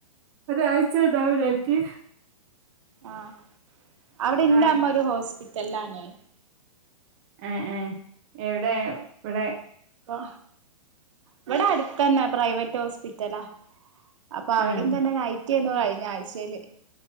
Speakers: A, on the right; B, on the right.
A: ഒരാഴ്ച്ച ഉണ്ടാവില്ലേ നിക്ക്
B: ആഅവിടെന്റെ
A: ആഹ്
B: അമ്മ ഒരു ഹോസ്പിറ്റലി ആണേ
A: ആ ആ എവിടെ ഇവിടെ
B: അ ഇവിടെ അടുത്തന്നെ പ്രൈവറ്റ് ഹോസ്പിറ്റലാ അപ്പൊ അവിടെയും
A: ആഹ്
B: തന്നെ നൈറ്റ് ആയിരുന്നു കഴിഞ്ഞ ആഴ്ചയിൽ